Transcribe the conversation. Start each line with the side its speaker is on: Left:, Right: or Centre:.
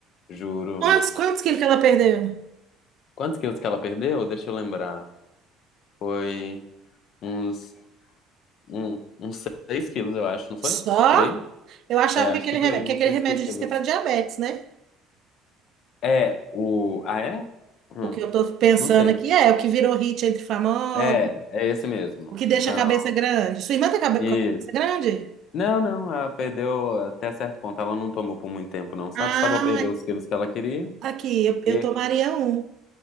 Left: juro.
Right: Quantos, quantos quilos que ela perdeu?
Left: Quantos quilos que ela perdeu? Deixa eu lembrar. Foi. Uns, um, uns 6 quilos, eu acho, não foi?
Right: Só?
Left: Por aí?
Right: Eu achava
Left: É,
Right: que
Left: acho
Right: aquele
Left: que foi,
Right: remédio, que
Left: uns
Right: aquele
Left: 6
Right: remédio
Left: quilos.
Right: diz que é para diabetes, né?
Left: É, o. Ah, é? Hum,
Right: O que eu tô pensando
Left: não sei.
Right: aqui é o que virou hit entre famosos,
Left: É, é esse mesmo.
Right: o que
Left: Então,
Right: deixa a cabeça grande. Sua irmã tá cabe-
Left: isso.
Right: com a cabeça grande?
Left: Não, não, ela perdeu até certo ponto. Ela não tomou por muito tempo, não, sabe?
Right: Ah,
Left: Só pra perder os quilos que ela queria.
Right: Aqui, eu,
Left: E,
Right: eu tomaria um,